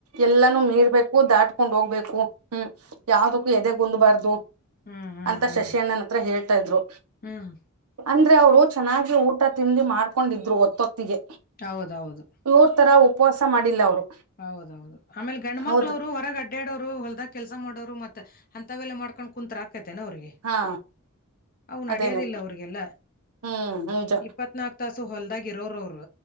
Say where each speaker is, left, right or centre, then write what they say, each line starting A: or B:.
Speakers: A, on the right; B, on the left.
A: ಎಲ್ಲಾನೂ ಮೀರ್ಬೇಕು ದಾಟ್ಕೊಂಡ್ ಹೋಗ್ಬೇಕು. ಹ್ಮ್ ಯಾವದಕ್ಕೂ ಎದೆ ಗುಂದ್ಬಾರ್ದು
B: ಹ್ಮ್ ಹ್ಮ್
A: ಅಂತ
B: ಹ್ಮ್
A: ಶಶಿ <unintelligible> ಅಣ್ಣನ ಹತ್ರ ಹೇಳ್ತಾ ಇದ್ರು
B: ಹ್ಮ್
A: ಅಂದ್ರೆ ಅವರು ಚೆನ್ನಾಗಿ ಊಟ ತಿಂಡಿ ಮಾಡ್ಕೊಂಡಿದ್ರು ಒತ್ತೊತ್ತಿಗೆ
B: ಹೌದೌದು
A: ಇವ್ರ ತರ ಉಪವಾಸ ಮಾಡಿಲ್ಲ ಅವ್ರು.
B: ಹೌದೌದು ಆಮೇಲೆ ಗಂಡು ಮಕ್ಳವರು
A: ಹೌದು
B: ಹೊರಗಟ್ಟ ಅಡಾಡೋರು ಹೊಲ್ದಾಗ ಕೆಲಸ ಮಾಡೋರು ಮತ್ತ ಅಂತವೆಲ್ಲ ಮಾಡ್ಕೊಂಡ್ ಕುತ್ರ ಆಕೈತೆೇನ ಅವ್ರಿಗೆ
A: ಹಾ
B: ಅವನ್ಡೆಯೋದಿಲ್ಲ
A: ಅದೇನೆ
B: ಅವ್ರಿಗೆಲ್ಲ
A: ಹ್ಮ್ ನಿಜ
B: ಇಪ್ಪತ್ ನಾಕು ತಾಸು ಹೊಲ್ದಾಗ ಇರೋರ ಅವರು